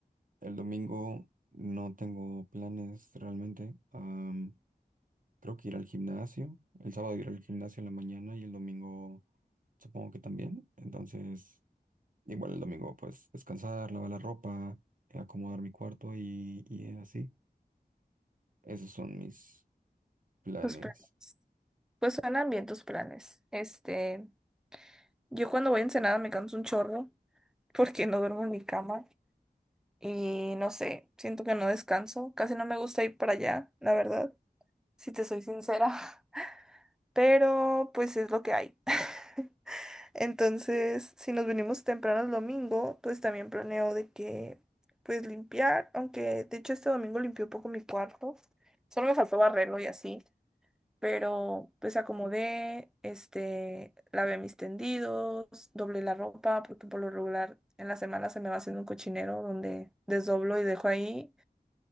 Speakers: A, on the right; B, in the centre.
A: El domingo no tengo planes realmente. Am, creo que ir al gimnasio. El sábado ir al gimnasio en la mañana y el domingo supongo que también. Entonces... Igual el domingo, pues descansar, lavar la ropa, eh, acomodar mi cuarto y, y así. Esos son mis planes.
B: Tus planes. Pues suenan bien tus planes. Este, yo cuando voy a Ensenada me canso un chorro porque no duermo en mi cama y no sé, siento que no descanso. Casi no me gusta ir para allá, la verdad, si te soy sincera. <laughs> Pero pues es lo que hay. <laughs> Entonces, si nos venimos temprano el domingo, pues también planeo de que, pues limpiar, aunque de hecho este domingo limpié un poco mi cuarto. Solo me faltó barrerlo y así. pero pues acomodé, este, lavé mis tendidos, doblé la ropa, porque por lo regular en la semana se me va haciendo un cochinero donde desdoblo y dejo ahí.